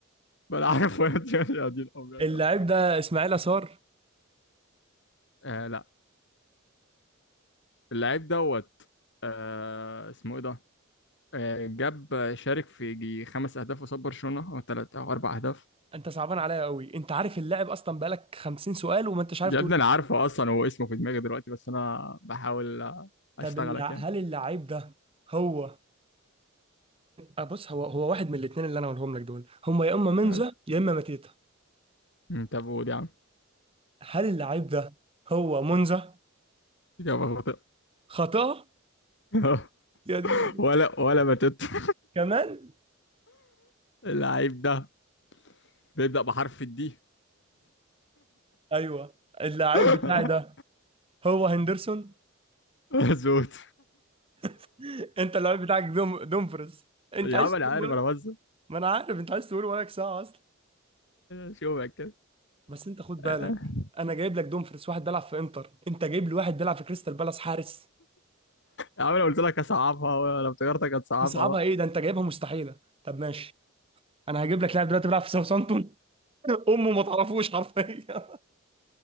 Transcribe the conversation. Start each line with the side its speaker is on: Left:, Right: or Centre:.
Left: بلا عارف <laughs> يا دي يا دي الأم يا
Right: اللعيب
Left: جدعان
Right: ده اسماعيل يسار
Left: آه لا اللعيب دوت آه اسمه ايه ده آه جاب شارك في يجي خمس اهداف قصاد برشلونة او ثلاث او اربع اهداف
Right: انت صعبان عليا قوي انت عارف اللاعب اصلا بقالك 50 سؤال وما انتش عارف
Left: يا
Right: تقول
Left: ابني انا عارفه اصلا هو اسمه في دماغي دلوقتي بس انا بحاول آه،
Right: طب
Left: اشتغلك
Right: الع-
Left: يعني
Right: هل اللعيب ده هو أه بص هو هو واحد من الاثنين اللي انا هقولهم لك دول هما يا اما منزه
Left: ماشي
Right: يا اما ماتيتا
Left: أمم، طب قول يا عم
Right: هل اللعيب ده هو منزه
Left: اجابه خاطئه
Right: خطأ
Left: <laughs>
Right: يا دي
Left: ولا ولا بتت <laughs>
Right: كمان
Left: اللعيب ده بيبدأ بحرف الدي
Right: ايوه اللاعب
Left: <laughs>
Right: بتاعي ده هو هندرسون
Left: مظبوط
Right: <laughs> انت اللاعب بتاعك دوم دومفرز انت
Left: يا
Right: عايز
Left: عم
Right: تقول
Left: انا عارف
Right: ولك
Left: انا بس
Right: ما انا عارف انت عايز تقول ولك ساعه اصلا
Left: شوفك
Right: بس انت خد بالك
Left: يا
Right: انا جايب لك دومفرز واحد بيلعب في انتر انت جايب لي واحد بيلعب في كريستال بالاس حارس
Left: عم انا قلت لك هصعبها لو تجارتك هتصعبها
Right: تصعبها
Left: بقى
Right: ايه ده انت جايبها مستحيله طب ماشي انا هجيب لك لاعب دلوقتي بيلعب في ساوثامبتون <laughs> امه ما تعرفوش حرفيا